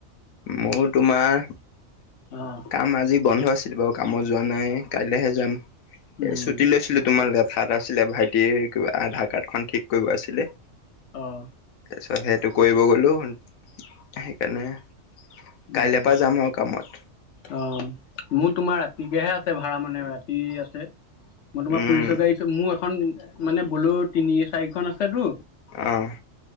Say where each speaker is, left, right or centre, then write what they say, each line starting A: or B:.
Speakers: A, on the left (about 85°); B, on the left (about 60°).
A: মোৰ তোমাৰ,
B: অ'।
A: কাম আজি বন্ধ আছিল বাৰু। কামত যোৱা নাই, কাইলেহে যাম।
B: উম,
A: এই ছুটি লৈছিলোঁ তোমাৰ লেপ কাম আছিলে, ভাইটিৰ কিবা আধাৰ কাৰ্ড খন ঠিক কৰিব আছিলে।
B: অ'।
A: তাৰপিছত সেইটো কৰিব গ'লো সেইকাৰণে
B: উম,
A: কাইলৈৰ পৰা যাম আৰু কামত।
B: অ'। মোৰ তোমাৰ ৰাতিকেহে আছে ভাড়া মানে, ৰাতি আছে। মই তোমাৰ
A: উম,
B: পুলিচৰ গাড়ী, মোৰ এখন মানে বলেৰো তিনি চাৰিখন আছেটো।
A: অ'।